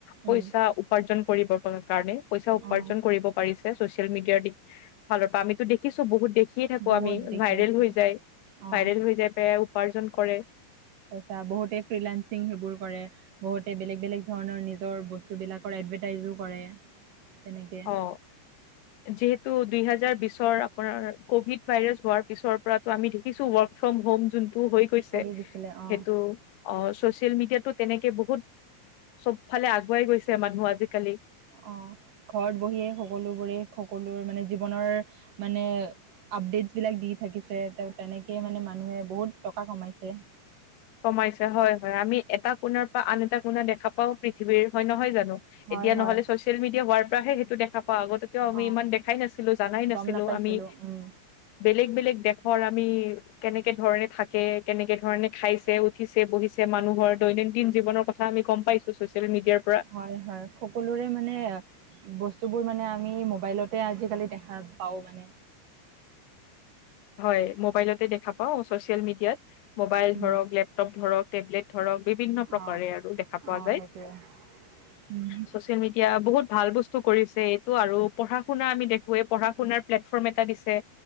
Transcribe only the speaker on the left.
পইচা
উ উপাৰ্জন কৰিব কাৰণে, পইচা উপাৰ্জন
কৰিব পাৰিছে, ছচিয়েল মিডিয়াৰ দি ফালৰ পৰা আমিতো‌ দেখিছোঁ, বহুত দে দেখিয়ে থাকোঁ
আমি,
ভাইৰেল হৈ
যায়,
ভাইৰেল হৈ যায় পেলাই উপাৰ্জন কৰে।
অ', যিহে তু, দুই হাজাৰ বিছৰ আপোনাৰ ক'ভিড ভাইৰাছ হোৱাৰ পিছৰ পৰাতো আমি দেখিছোঁ ৱৰ্ক ফ্ৰম হ'ম যোনটো হৈ হৈছে,
সেইটো অ', ছচিয়েল মিডিয়াতো তেনেকে বহুত চব ফালে আগুৱাই গৈছে মানুহ আজিকালি।
কমাইছে, হয়-হয়। আমি এটা কোণাৰ পৰা, আন এটা কোণা, দেখা পাও পৃথিৱীৰ হয়, নহয় জানো?।
এতিয়া
নহ'লে ছচিয়েল মিডিয়া হোৱাৰ পৰাহে সেইটো দেখা পাওঁ। আগতে
ইমান দেখাই নাছিলোঁ, জানাই নাছিলোঁ
আমি।
বেলেগ-বেলেগ দেশৰ আমি, কেনেকে ধৰণে থাকে, কেনেকে ধৰণে খাইছ উঠিছে, বহিছে, মানুহৰ দৈনন্দিন জীৱনৰ কথা, আমি গম পাইছোঁ, ছচিয়েল মিডিয়াৰ পৰা।
হয়, মবাইলতে দেখা পাওঁ, ছচিয়েল মিডিয়াত। মোবাইল
ধৰক, লেপটপ ধৰক টেবলেট ধৰক, বিভিন্ন
প্ৰকাৰে আৰু দেখা পোৱা
যায়।
চচিয়েল মিডিয়া, বহুত ভাল বস্তু কৰিছে এইটো, আৰু পঢ়া শুনা আমি দেখোৱেই, পঢ়া শুনাৰ প্লেটফৰ্ম এটা দিছে।